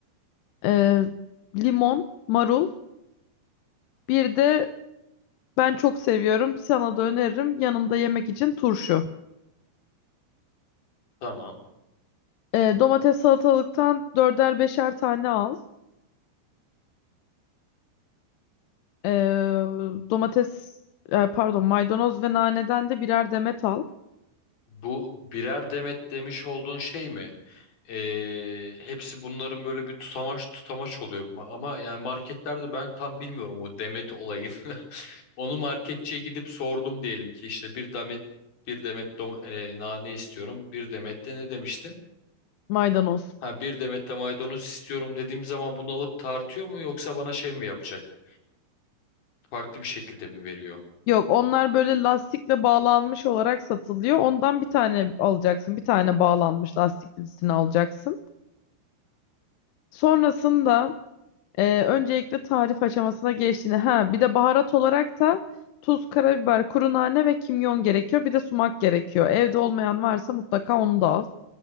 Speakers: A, on the left (about 75°); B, on the left (about 60°).
A: Ee, limon, marul. Bir de ben çok seviyorum. Sana da öneririm. Yanında yemek için turşu.
B: Tamam.
A: Ee, domates salatalıktan dörder beşer tane al. Ee, domates, e, pardon maydanoz ve naneden de birer demet al.
B: Bu birer demet demiş olduğun şey mi? Ee, hepsi bunların böyle bir tutamaç tutamaç oluyor. Ma- Ama yani marketlerde ben tam bilmiyorum o demet olayın. <laughs> Onu marketçiye gidip sordum diyelim ki işte bir demet bir demet dom- e, nane istiyorum. Bir demet de ne demiştin?
A: Maydanoz.
B: Ha bir demet de maydanoz istiyorum dediğim zaman bunu alıp tartıyor mu yoksa bana şey mi yapacak? Farklı bir şekilde mi veriyor?
A: Yok onlar böyle lastikle bağlanmış olarak satılıyor. Ondan bir tane alacaksın. Bir tane bağlanmış lastik birisini alacaksın. Sonrasında e, öncelikle tarif aşamasına geçtiğini. Ha bir de baharat olarak da tuz, karabiber, kuru nane ve kimyon gerekiyor. Bir de sumak gerekiyor. Evde olmayan varsa mutlaka onu da al.